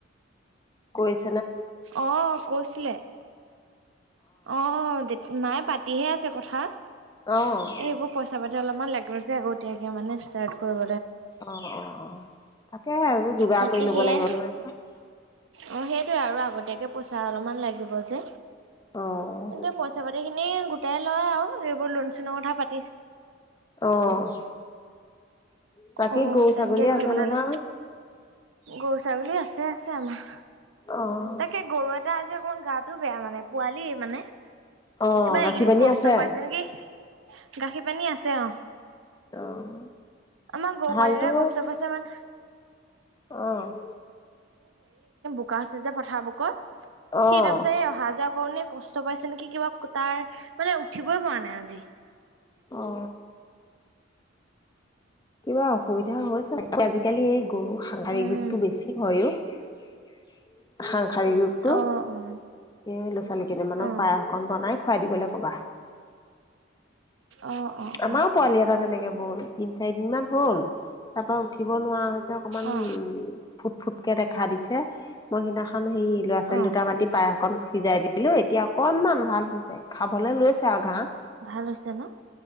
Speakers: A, on the left (about 20°); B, on the right (about 85°).
A: কৈছ
B: অ', কৈছিলে। অ', জেঠী মায়ে পাতিহে আছে কথা,
A: অ', অ',
B: এই এইবোৰ পইচা পাতি অলপমান লাগ। যে আগতীয়াকে মানে ষ্টাৰ্ট কৰিব।
A: অ'-অ'-অ', তাকেহে আৰু যোগাৰ
B: তাকে
A: কৰি ল'ব
B: সেয়াই
A: লাগিব নহয় আৰু।
B: অ সেইটোৱে আৰু আগতীয়াকে পইচা অলপমান লাগিব যে,
A: অ',
B: কিন্তু পইচা পাতি খিনি গোট তাই লয় আৰু এইবোৰ লোন-চোনৰ কথা পাতি।
A: অ'। বাকী
B: অ'
A: গৰু
B: তেনকে
A: ছাগলী
B: খুলিব
A: আছে
B: ললে।
A: নহয়
B: গৰু-ছাগলী আছে আছে আমাৰ।
A: অ',
B: তাকে গৰু এ তাৰ‌ আজি অকমান গাতো বেয়া মানে পোৱালি মানে।
A: অ',
B: কিবা
A: গাখীৰ
B: এইকেইদিন
A: পানী
B: কষ্ট
A: আছে
B: পাইছে নেকি, গাখীৰ পানী আছে অহ।
A: অ',
B: আমাৰ গৰু
A: হালটো
B: পোৱালি এটাই কষ্ট পাইছে মানে।
A: অ'।
B: বুকা হৈছে যে পথাৰ বুকত
A: অ',
B: সি তাৰ পিছত এই অহা যোৱা। কাৰণে কষ্ট পাইছে নেকি কিবা তাৰ মানে উঠিবই পৰা নাই আজি।
A: অ'। কিবা অসুবিধা হৈছে আজিকালি এই গৰু সাংসাৰিক
B: উম,
A: ৰোগতটো বেছি হয় অ'। সাং খাৰী ৰুগ টো
B: অ', অ',
A: এই ল'ৰা-ছোৱালী কেইটা মানক
B: অ',
A: পায়সকন বনাই খুৱাই দিব লাগ। কবা।
B: অ', অ',
A: আমাৰো
B: অ',
A: পোৱালি এটা তেনেকে বল। তিন চাৰিদিন মান হ'ল তাৰ পৰাা উঠিব নোৱাৰা হৈছে অকণমান
B: অ', অ
A: ফুট-ফুট কে থাকে। <unintelligible> দিছে মই সিদিনাখন হেৰি ল'ৰা-ছোৱালী
B: অ
A: দুটা মাতি পায়স অকণ সিজাই দিলোঁ এতিয়া অকণমান ভাল হৈছে খাবলৈ লৈছে আৰু ঘাঁহ।
B: ভাল হৈছে ন'?